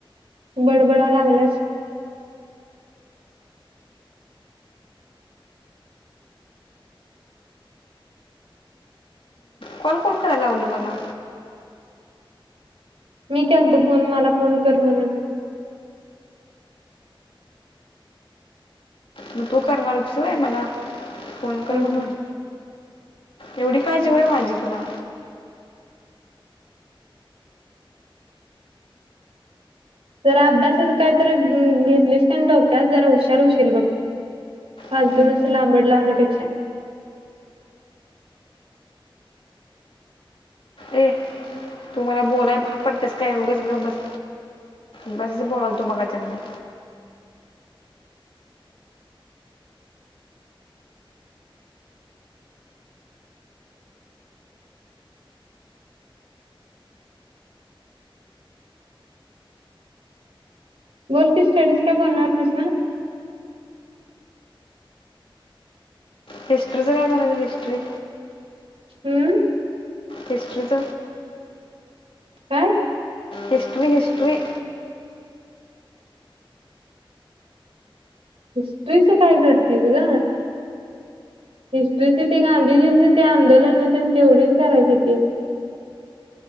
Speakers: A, on the right; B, on the left.
A: बडबडा लागल्यास
B: कॉल कोण कराय लावलं माला
A: मी केलतो फोन मला फोन कर म्हणून
B: मग तू करणार होतीस होय मला फोन कर
A: हम्म
B: म्हणून एवढी काळजी होई माझी तुला
A: जरा अभ्यासाच कायतरी घेतलीस का डोक्यात जरा हुशार होशील बघ फालतू
B: हम्म.
A: नुसती लांबड लावण्यापेक्षा
B: ए तु मला बोलाय भाग पडतेस काय उगच गप्प बस उगचच बोलालतो मागास पसन मी
A: बोल की स्टडीज काय बोलणार होतीस ना
B: हिस्ट्रीचं काय करायच हिस्ट्री
A: हम्म
B: हिस्ट्रीच
A: काय
B: हिस्ट्री हिस्ट्री.
A: हिस्ट्रीच काय करतेस ग. हिस्ट्रीची ते गांधीजीच ते आंदोलन तेन तेवढीच करायची होती,